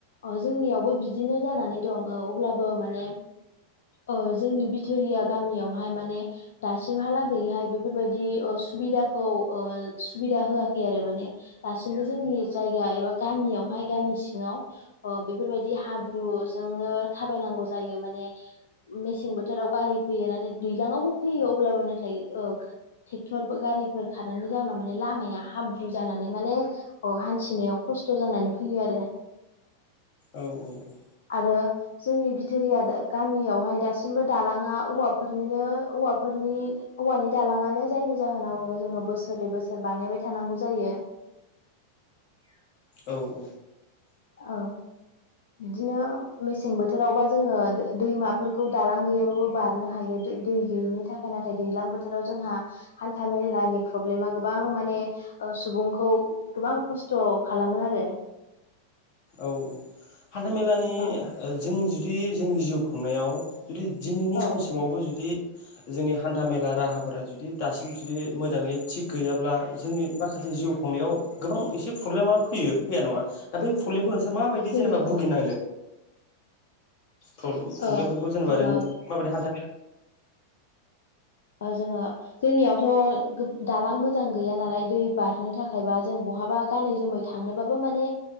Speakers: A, on the left (about 60°); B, on the left (about 45°).
A: ओ जोंनियावबो बिदिनो जाना नै दं ओ अब्लाबो माने ओ जोंनि बिथोरिया गामियावहाय माने दासिमहालागैहाय बेफोरबायदि ओ सुबिदाखौ ओ सुबिदा होआखै आरो माने दासिमबो जोंनि जायगा एबा गामियाव हाय गामि सिङाव ओ बेफोरबायदि हाब्रुजोंनो थाबायनांगौ जायो माने मेसें बोथोराव गारि फैयो नाथाय दैयलाङावबो फैयो अब्लाबो नाथाय ओ ट्रेक्टर गारिफोर खारनायनि जाउनाव माने लामाया हाब्रु जानानै माने औ हान्थिनायाव खस्थ' जानानै फैयो आरो।
B: औ औ औ।
A: आरो जोंनि बिथोरिया गामियावहाय दासिमबो दालाङा औवाफोरनिनो औवा फोरनि औवानि दालाङानो जायनि जाहोनाव जोङो बोसोरै बोसोर बानायबाय थानांगौ जायो। <unintelligible>
B: औ औ।
A: औ। बिदिनो मेसें बोथोरावबा जोङो दैमाफोरखौ दालां गैयाबाबो बारनो हायो दै गैयिनि थाखाय नाथाय दैलां बोथोराव जोंहा हान्था मेलानि प्रब्लेमा गोबां माने सुबुंखौ गोबां खस्थ' खालामो आरो।
B: औ औ हान्थामेलानि
A: औ
B: ओ जों जुदि जोंनि जिउ खुंनायाव जुदि दिनैनि
A: औ
B: समसिमावबो जुदि जोंनि हान्था मेला राहाफोरा जुदि दासिम जुदि मोजाङै थिग गैयाब्ला जोंनि माखासे जिउ खुंनायाव गोबां एसे प्रब्लेमा फैयो फैया नङा दा बै सलेखौ नोंसोर माबाय जेनेबा
A: फैयो
B: भुगिनांदों?
A: औ
B: प्रब्लेम प्रब्लेमफोरखौ
A: ओ
B: जेनबा
A: जोङो
B: आरो नोंसोर माबायदि हान्था
A: जोङो जोंनियावथ' दालां मोजां गैया नालाय दै बारनो थाखायबा जों बा बाहाब थांनोबाबो माने